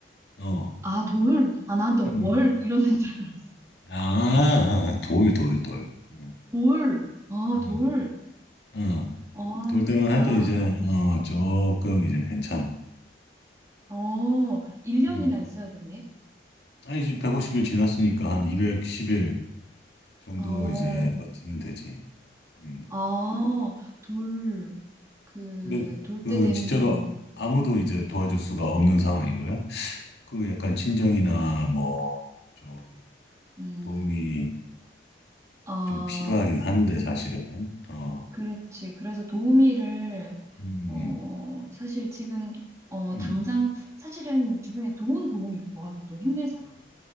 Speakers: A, on the left; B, on the right.
A: 어,
B: 아, 돌? 아, 난 또
A: 음,
B: 월? 이러는 줄 알았어.
A: 아, 아, 돌, 돌, 돌. 음,
B: 돌. 아,
A: 음,
B: 돌.
A: 음.
B: 아,
A: 돌 때만
B: 그랬구나.
A: 해도 이제, 어, 조금 이제 괜찮아.
B: 어, 1년이나
A: 음.
B: 있어야 되네.
A: 아 이제 백 150일 지났으니까 한 210일 정도
B: 어,
A: 이제 버티면 되지. 음.
B: 아, 돌. 그,
A: 근데
B: 돌
A: 그
B: 때 됨,
A: 진짜로
B: 음,
A: 아무도 이제 도와줄 수가 없는 상황인 거야? 그 약간 친정이나 뭐 좀
B: 음,
A: 도움이
B: 아,
A: 좀 필요하긴 한데 사실은 어,
B: 그렇지. 그래서 도우미를,
A: 음,
B: 어, 사실 지금, 어,
A: 음,
B: 당장, 사실은 주변에 좋은 도우미 있고 하기도 힘들잖아.